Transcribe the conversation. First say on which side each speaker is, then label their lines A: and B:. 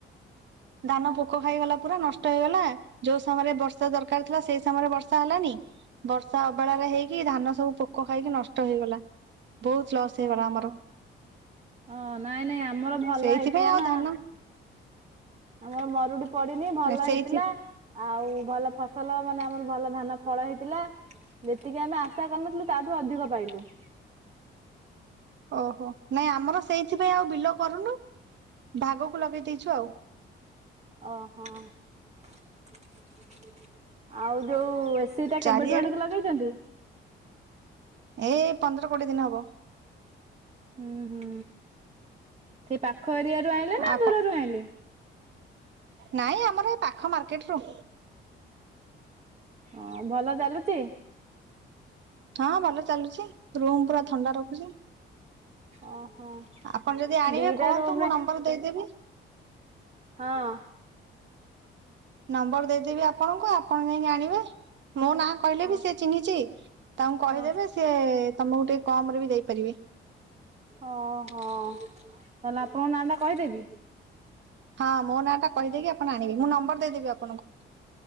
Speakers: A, on the right; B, on the right.
A: ଧାନ ପୋକ ଖାଇଗଲା ପୁରା, ନଷ୍ଟ ହେଇଗଲା ଯୋଉ ସମୟରେ ବର୍ଷା ଦରକାର ଥିଲା, ସେଇ ସମୟରେ ବର୍ଷା ହେଲାନି ବର୍ଷା ଅବେଳାରେ ହେଇକି, ଧାନ ସବୁ ପୋକ ଖାଇକି, ନଷ୍ଟ ହେଇଗଲା। ବହୁତ ଲସ୍ ହେଇଗଲା
B: ଓହୋ।
A: ଆମର।
B: ହଁ ନାଇଁ ନାଇଁ ଆମର ଭଲ
A: ସେଇଥିପାଇଁ
B: ହେଇଥିଲା
A: ଆଉ
B: ନା।
A: ଧାନ
B: ଆମର ମରୁଡି ପଡିିନି ଭଲ
A: ସେଇଥି
B: ହେଇଥିଲା। ଆଉ ଭଲ ଫସଲ ମାନେ ଆମର ଭଲ ଧାନ ଫଳ ହେଇଥିଲା। ଯେତିକି ଆମେ ଆଶା କରିନଥିଲୁ ତାଠୁ ଅଧିକ ପାଇଲୁ।
A: ଓହୋ। ନାଇଁ ଆମର ସେଇଥିପାଇଁ ଆଉ ବିଲ କରୁନୁ। ଭାଗକୁ ଲଗେଇ ଦେଇଚୁ ଆଉ।
B: ଅ ହଁ। ଆଉ ଯୋଉ ଏସ୍ <unintelligible>
A: ଚାରିଆଡେ
B: କେବେଠୁ ଆଣିକି ଲଗେଇଛନ୍ତି?
A: ଏ ପନ୍ଦର କୋଡିଏ ଦିନ ହବ।
B: ହୁଁ ହୁଁ। ସେଇ ପାଖ ଏରିଆରୁ ଆଣିଲେ ନା
A: ଆପ
B: ଦୂରରୁ ଆଣିଲେ?
A: ନାଇଁ ଆମର ଏ ପାଖ ମାର୍କେଟରୁୁ।
B: ହଁ। ଭଲ ଚାଲୁଚି?
A: ହଁ ଭଲ ଚାଲୁଚି। ରୁମ୍ ପୁରା ଥଣ୍ଡା ରଖୁଚି।
B: ଓହୋ।
A: ଆପଣ ଯଦି ଆଣିବେ
B: ଦିଟା
A: କୁହନ୍ତୁ
B: ରୁମରେ
A: ମୁଁ ନମ୍ବର ଦେଇଦେବି।
B: ହଁ।
A: ନମ୍ବର ଦେଇଦେବି ଆପଣଙ୍କୁ ଆପଣ ଯାଇଁକି ଆଣିବେ। ମୋ ନାଁ କହିଲେ
B: ହଁ
A: ବି ସେ ଚିହ୍ନିଚି। ତାଙ୍କୁ କହିଦେବେ
B: ହଁ।
A: ସିଏ ତମକୁ ଟିକେ କମ୍ ରେ ବି ଦେଇପାରିବେ।
B: ହଁ ହଁ। ତାହେଲେ ଆପଣଙ୍କ ନାଁ ଟା କହିଦେବି?
A: ହଁ ମୋ ନାଁ ଟା କହିଦେଇକି ଆପଣ ଆଣିବେ। ମୁଁ ନମ୍ବର ଦେଇଦେବି ଆପଣଙ୍କୁ।